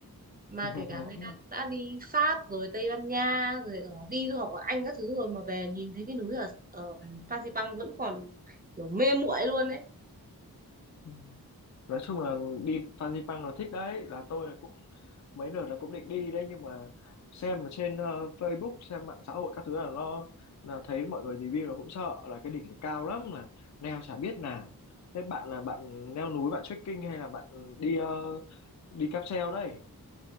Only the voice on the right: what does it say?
mà
kể cả người ta cũng đã đi Pháp rồi Tây Ban Nha rồi ở đi du học ở Anh các thứ rồi mà về nhìn thấy cái núi ở ở Fansipan vẫn còn kiểu mê muội luôn ấy